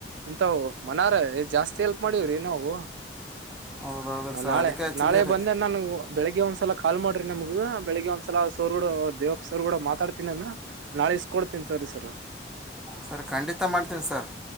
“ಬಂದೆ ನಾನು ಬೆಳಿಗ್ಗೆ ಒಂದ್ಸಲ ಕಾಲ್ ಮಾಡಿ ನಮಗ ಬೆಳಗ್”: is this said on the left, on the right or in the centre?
Right